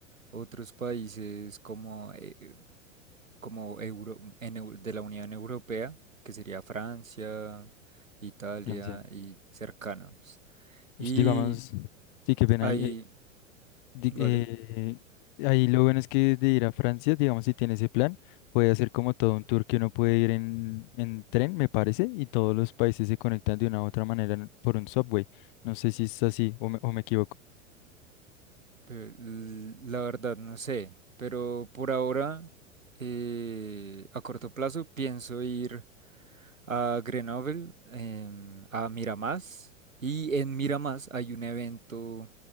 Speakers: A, on the right (about 85°); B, on the left (about 40°).
A: otros países como, eh, como Euro- en Eu- de la Unión Europea, que sería Francia, Italia
B: Financiado.
A: y cercanos.
B: Pues,
A: Y
B: digamos, sí, que ven
A: ahí,
B: ahí. eh, di-
A: vale.
B: eh, ahí
A: Ujú.
B: lo bueno es que de ir a Francia, digamos, si tiene ese plan, puede hacer como todo un tour que uno puede ir en, en tren, me parece, y todos los países se conectan de una u otra manera en- por un subway. No sé si es así o me, o me equivoco.
A: Pe- l- La verdad, no sé, pero por ahora, eh, a corto plazo, pienso ir a Grenoble, em, a Miramás, y en Miramás hay un evento